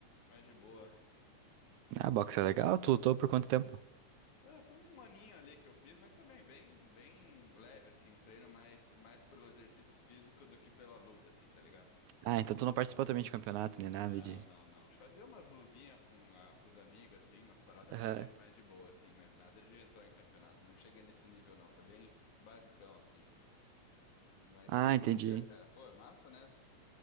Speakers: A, on the left; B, on the right.
A: mais de boa.
B: Ah, boxe é legal? Tu lutou por quanto tempo?
A: É, foi um aninho ali que eu fiz, mas também bem, bem leve, assim. Um treino mais, mais pelo exercício físico do que pela luta, assim, tá ligado?
B: Ah, então tu não participou também de campeonato, nem nada
A: Não,
B: de.
A: não, não. Fazia umas luvinhas com, a- com os amigos, assim, umas paradas
B: Aham.
A: mais de, mais de boa, assim, mas nada de entrar em campeonato. Não cheguei nesse nível, não. Foi bem basicão, assim. Mas
B: Ah,
A: curtia,
B: entendi.
A: cara. Pô, é massa, né?